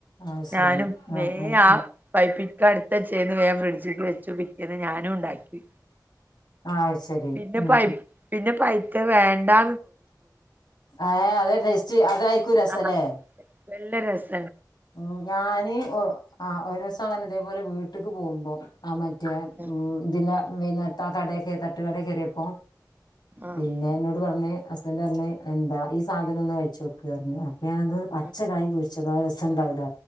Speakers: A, on the left; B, on the right.
A: അഹ് ശരി
B: ഞാനും
A: ആഹ്
B: വേ
A: ആഹ്
B: ആ പൈപ്പിക്ക എടുത്തു വെച്ച് ഫ്രിഡ്ജിട്ട് വെച്ചു പിറ്റേന്ന് ഞാനും ഉണ്ടാക്കി
A: ആഹ് ശരി
B: പിന്നെ
A: ഉം
B: പൈ പിന്നെ പൈത്ത വേണ്ടാ
A: ഏ അതെ ടേസ്റ്റ് അതായിക്കൂ രസല്ലേ
B: ആ നല്ല രസം
A: ഉം ഞാന് ഒ ആ ഒരു ദിവസം അങ്ങനെ ഇതേപോലെ വീട്ടക്ക് പോകുമ്പോ ആ മറ്റേ
B: ആഹ്
A: ഇതിന്റെ വെയ്ന്ന ആ കടെകേ തട്ടുകട കേറിയപ്പോ
B: ആഹ്
A: പിന്നെ എന്നോട് പറഞ്ഞ് ഹസ്ബൻഡറ് പറഞ് എന്താ ഈ സാധനം ഒന്ന് കഴിച്ച് നോക്ക് പറഞ് അപ്പ ഞാൻ അത് പച്ചക്കായി
B: ആഹ്
A: പൊരിച്ചു ച്ചക്കായി രസുണ്ടാവുലെ?